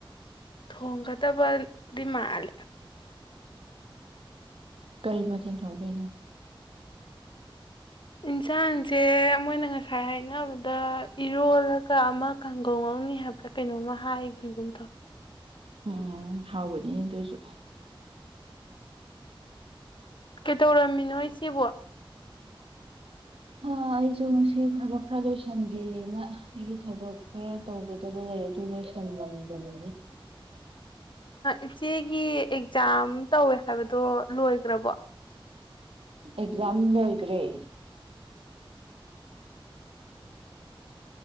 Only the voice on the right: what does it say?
ꯀꯔꯤ ꯃꯊꯅ ꯊꯧꯗꯅꯣ
ꯎꯝ ꯍꯥꯎꯅꯤ ꯑꯗꯨꯁꯨ
ꯑꯩꯁꯨ ꯉꯁꯤ ꯊꯕꯛ ꯈꯔ ꯂꯣꯏꯁꯟꯒꯦꯅ ꯑꯩꯒꯤ ꯊꯕꯛ ꯈꯔ ꯇꯧꯒꯗꯕ ꯂꯩ ꯑꯗꯨ ꯂꯣꯏꯁꯜꯂꯝꯕꯅꯤꯅꯦ
ꯑꯦꯖꯝ ꯂ ꯑꯣꯏꯈ꯭ꯔꯦ